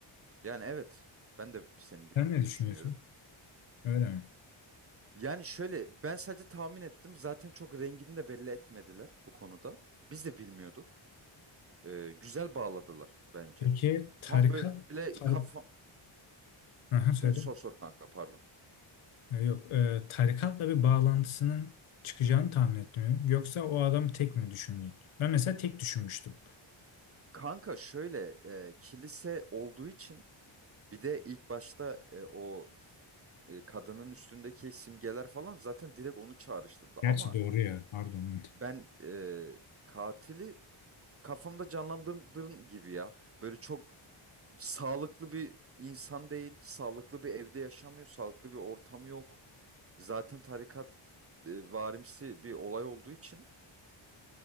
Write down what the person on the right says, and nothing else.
Yani evet ben de senin gibi
düşünüyorum.
Yani şöyle ben sadece tahmin ettim zaten çok rengini de belli etmediler bu konuda. Biz de bilmiyorduk. E, güzel bağladılar bence.
Tam böyle
kafa...
Yani Sor sor kanka pardon.
Kanka şöyle e, kilise olduğu için bir de ilk başta e, o e, kadının üstündeki simgeler falan zaten direkt onu çağrıştırdı.
Ama
ben e, katili kafamda canlandırdığım gibi ya. Böyle çok sağlıklı bir insan değil, sağlıklı bir evde yaşamıyor, sağlıklı bir ortam yok. Zaten tarikat e, varimsi bir olay olduğu için.